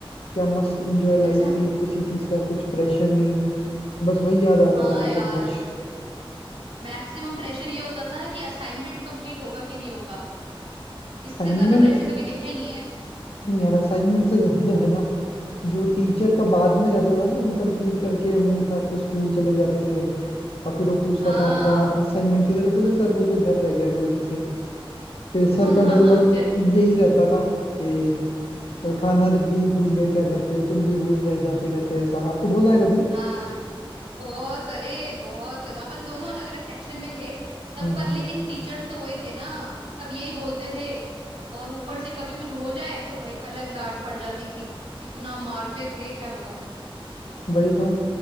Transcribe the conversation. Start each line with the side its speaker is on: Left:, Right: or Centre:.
Left: क्या मस्त एंजॉय लाइफ
Right: अच्छा
Left: थी किसी चीज का कुछ प्रेशर नहीं तो बस वही याद आ रहा
Right: हाँ
Left: था यार
Right: यार
Left: सब कुछ
Right: मैक्सिमम प्रेशर ये होता था कि असाइनमेंट कंप्लीट होगा कि नहीं होगा इससे
Left: असाइनमेंट
Right: ज्यादा प्रेशर कभी देखा ही नहीं है
Left: नहीं यार असाइनमेंट से ज्यादा है ना जो टीचर का बाद में रहता था ना इनकम्प्लीट करके मुंह उठा के स्कूल चले जाते थे और फिर वो पूछता
Right: हाँ
Left: था आपका
Right: <laughs>
Left: असाइनमेंट किधर है बोले सर वो तो घर रह गया गलती से फिर सर
Right: हाँ
Left: का
Right: हाँ
Left: डायलॉग
Right: हाँ जे-
Left: यही रहता था कि खाना भी भूल गए क्या घर पे तुम भी भूल रह जाते घर पे ऐसा आपको बोला है कभी
Right: हाँ बहुत अरे बहुत अपन दोनों अलग अलग सेक्शन में थे तब
Left: हम्म
Right: पर
Left: हम्म
Right: लेकिन टीचर्स तो वही थे ना सब यही बोलते थे और ऊपर से कभी कुछ हो जाए तो भाई अलग डांट पड़ जाती थी इतना मारते थे क्या बताऊं
Left: वही तो